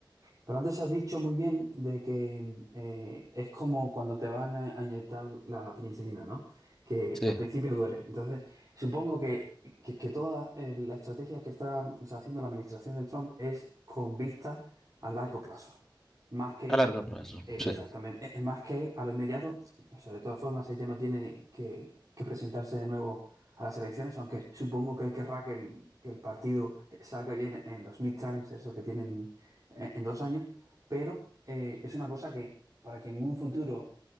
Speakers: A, on the right; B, in the centre.
A: Pero antes has dicho muy bien de que eh, es como cuando te van a, a inyectar la penicilina, ¿no? Que
B: sí,
A: al principio duele. Entonces, supongo que, que- que toda eh, la estrategia que está o sea, haciendo la administración de Trump es con vista a largo plazo, más que
B: a largo plazo,
A: eh,
B: sí.
A: exactamente, eh, eh, más que a lo inmediato. O sea, de todas formas, ella no tiene que, que presentarse de nuevo a las elecciones, aunque supongo que él querrá que el, que el partido salga bien en los midterms, eso que tienen en, en dos años, pero eh, es una cosa que para que en un futuro